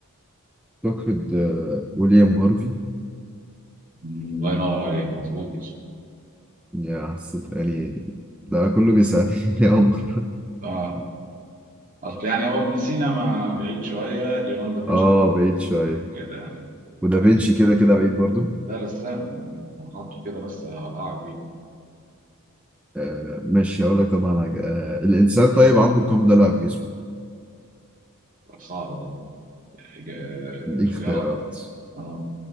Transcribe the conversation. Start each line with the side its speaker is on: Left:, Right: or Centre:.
Centre: اعتقد آه، ويليام هارفي
Right: مم، الله ينور عليك مظبوط
Centre: يا حسيت يعني ده كله بيساعدني <laughs> يا عمر
Right: اه اصل يعني هو ابن سينا ما بعيد شويه ليوناردو دافنشي
Centre: اه
Right: ده بقى
Centre: بعيد شويه
Right: كده يعني
Centre: ودافينشي كده كده بعيد برضو
Right: لا بس لا، انا حاطه كده بس اوقعك بيه
Centre: آه ماشي هقول لك طبعا حاجه آه الانسان طيب عنده كام ضلع في جسمه؟
Right: صعب ده إجا-
Centre: ليك
Right: اختيارات
Centre: اختيارات
Right: اه